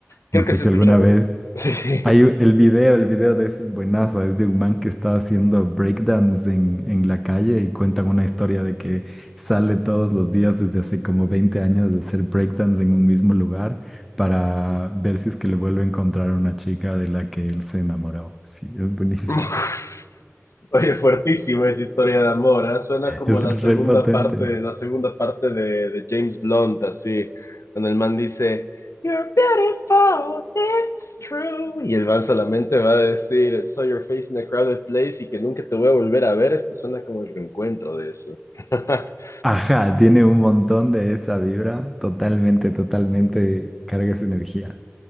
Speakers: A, on the left; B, in the centre.
A: Creo
B: No sé
A: que sí
B: si
A: he escuchado.
B: alguna vez
A: <laughs> Sí, sí.
B: Hay el video, el video de ese es buenazo, es de un man que está haciendo breakdance en, en la calle y cuentan una historia de que sale todos los días desde hace como 20 años de hacer breakdance en un mismo lugar para ver si es que le vuelve a encontrar una chica de la que él se enamoró. Sí, es buenísimo.
A: <laughs> Oye, fuertísimo esa historia de amor, ¿ah? Suena
B: <laughs>
A: como
B: Es
A: la segunda
B: re potente.
A: parte, la segunda parte de, de James Blunt, así, cuando el man dice, You're beautiful, it's true. Y el man solamente va a decir, Saw your face in a crowded place y que nunca te voy a volver a ver. Esto suena como el reencuentro de eso. <laughs>
B: Ajá, tiene un montón de esa vibra, totalmente, totalmente carga esa energía.